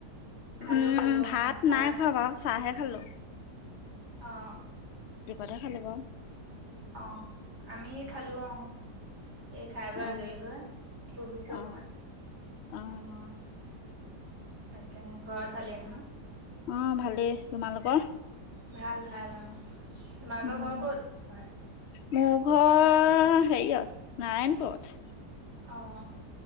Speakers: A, on the right; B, on the left.
A: খালোঁ
B: উম
A: খালোঁ
B: ভাত
A: অঁ খালানে?
B: নাই খোৱা বাওঁ চাহে খালো।
A: অ অ
B: ভাতে খালো বাওঁ।
A: অ আমি খালো আও এই খাই ব আজৰি
B: অ
A: হৈ বহিছো অকণমান,
B: অ অ
A: অৱ তাকে অ ঘৰত ভালে নহয়
B: অ ভালেই তোমালোকৰ
A: ভাল ভাল অ তোমালোকৰ
B: উম
A: ঘৰ ক'ত, হয়
B: মোৰ ঘৰ হেৰিয়ত, নাৰায়ণপুৰত
A: অ